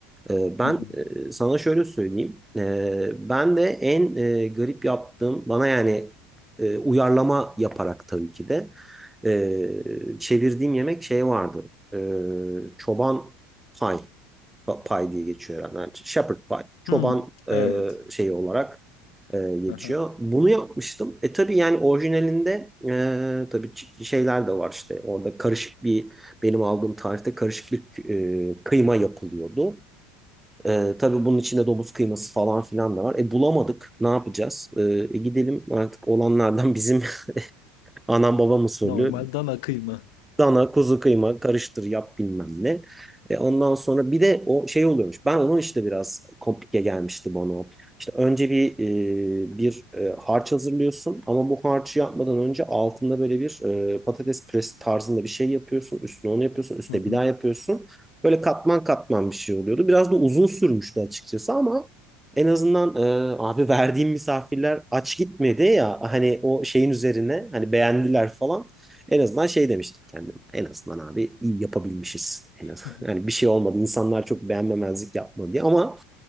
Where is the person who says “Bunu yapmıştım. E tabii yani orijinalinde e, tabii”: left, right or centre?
Centre